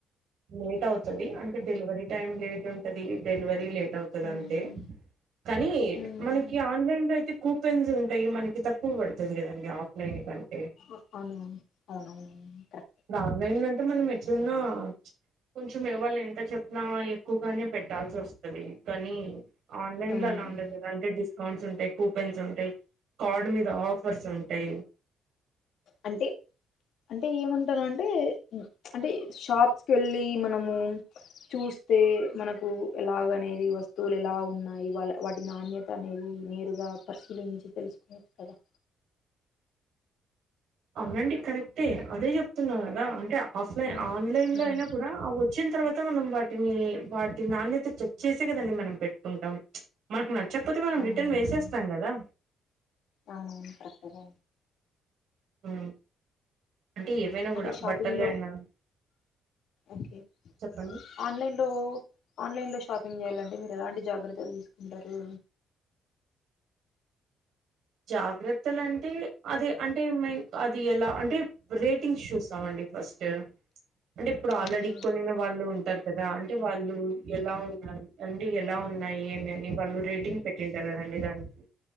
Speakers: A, on the right; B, on the left.
A: లేట్ అవుతుది అంటే డెలివరీ టైమ్ లేట్ ఉంటది డెలివరి లేట్ టవుతదంతే
B: ఉమ్
A: కానీ
B: ఉమ్
A: మనకి ఆన్లైన్లో అయితే కూపెన్స్ ఉంటాయి మనకి తక్కువ పడతది కదండి ఆఫ్లైన్ కంట్
B: అవునవును అవునవును కరెక్ట్
A: ఆన్లైన్లో టె మనం ఎట్లున్నా కొంచెం వాళ్ళు ఎంత చెప్పినా ఎక్కువగానే పెట్టాల్సొస్తది కానీ ఆన్లైన్
B: మ్మ్.
A: లో అలా ఉండదు కదా అంటే డిస్ కౌంట్స్ ఉంటాయి కూపెన్స్ ఉంటాయి కార్డ్ మీద ఆఫర్స్ ఉంటాయి
B: అంటే అంటే ఏమన్ టానంటే అంటే షాప్స్కి వెళ్ళి మనము చూస్తే మనకు ఎలాగనేది వస్తువులు ఎలా ఉన్నాయి వాళ వాటి నాణ్యత అనేది నేరుగా పరిశీలించి తెలుసుకోవచ్చు కదా
A: అవునండి కరెక్టే అదే చెప్తున్నా కదా అంటే ఆఫ్లైన్
B: ఉమ్,
A: ఆన్లైన్ లో
B: ఉమ్,
A: అయినా కూడా అ వచ్చిన తర్వాత మనం వాటిని వాటి నాణ్యత చెక్ చేసే కదండీ మనం పెట్టుకుంటాం మనకు న చ్చకపోతే మనం
B: అవునవును
A: రిటర్న్ వేసేస్తాం కదా
B: అవునవును కరెక్టే గా
A: ఉమ్, అంటే ఏవైనా
B: అంటే
A: కూడా
B: షాపింగ్
A: బట్టలు
B: లో
A: అయినా
B: ఓకే
A: చెప్పండి
B: ఆన్లైన్ లో ఆన్లైన్ లో షాపింగ్ చేయాలండి అంటే మీరు ఎలాంటి జాగ్రత్తలు తీసుకుంటారు
A: జాగ్రత్తలు అంటే అదే అంటే మెన్ అది ఎలా అంటే రేటింగ్స్ చూస్తాంండి ఫస్ట్ అంటే ఇప్పుడు ఆల్రెడీ
B: ఓకే
A: కొన్నిన వాళ్ళు ఉ చెస్తారు కదా అంటే వాళ్ళు ఎలా ఉన్నారు అండి ఎలా ఉన్నాయి ఏమి అని వాళ్ళు రేటింగ్ పెట్టింటారు కదండి దానికి